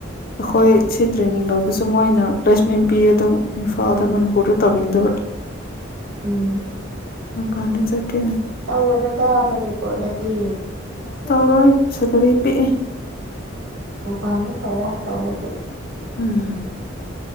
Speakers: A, on the left; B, on the right.
A: ꯑꯩꯈꯣꯏ ꯁꯤ ꯇ꯭ꯔꯦꯅꯤꯡ ꯂꯧꯕꯁꯨ ꯃꯣꯏꯅ ꯄ꯭ꯂꯦꯁꯃꯦꯟ ꯄꯤ ꯑꯗꯨꯝ ꯏꯝꯐꯥꯜꯗ
B: ꯎꯝ
A: ꯃꯅꯤꯄꯨꯔꯗ ꯇꯧꯅꯤꯡꯗꯕ
B: ꯎꯝ
A: ꯃꯄꯥꯟꯗ ꯆꯠꯀꯦ
B: ꯇꯧꯒꯅꯨꯗ ꯃꯅꯤꯄꯨꯔꯗꯗꯤ
A: ꯇꯧꯔꯣꯏ ꯁꯤꯂꯔꯤ ꯄꯤꯛꯑꯦ
B: ꯃꯄꯥꯟꯗ ꯇꯧꯋ‌ꯣ ꯇꯧꯔꯗꯤ
A: ꯎꯝ